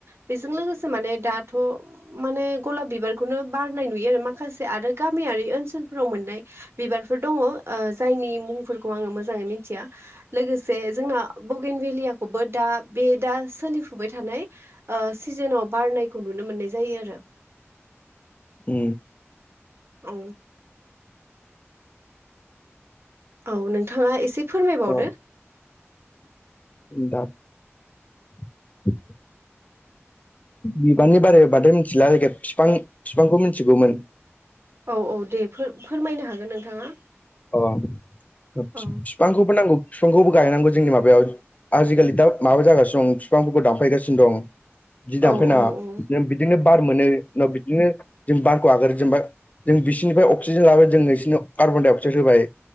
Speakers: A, on the right; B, on the left.
A: बेजों लोगोसे माने दाथ' माने गलाब बिबारखौनो बारनाय नुयो आरो माखासे आरो गामियारि ओनसोलफोराव मोननाय बिबार फोर दङ ओ जायनि मुंफोरखौ आङो मोजाङै मिथिया। लोगोसे जोंना बगेन भेलियाखौबो दा बे दा सोलिफुबाय थानाय ओ सिजोनाव बारनायखौ नुनो मोननाय जायो आरो।
B: ओ।
A: औ। औ नोंथाङा एसे फोरमायबावदो।
B: अ दा <unintelligible> बिबारनि बारै बाद्राय मिथिला फिफां फिफांखौ मिथिगौमोन
A: औ औ दे फोर फोरमायनो हागोन नोंथाङा?
B: अ फिफांखौबो
A: औ
B: नांगौ फिफांखौबो गायनांगौ जोंनि माबायाव आजिखालि दा माबा जागासिनो दं फिफांफोरखौ दानफायगासिनो दं। बिदि दानफायनाङा
A: औ औ औ
B: बिदिनो बार मोनो उनाव बिदिनो जों बारखौ आगारो जेनबाय जों बिसिोरनिफ्राय अक्सिजेन लाबो जों बिसोरनो कार्बन डाइ अक्साइद होबाय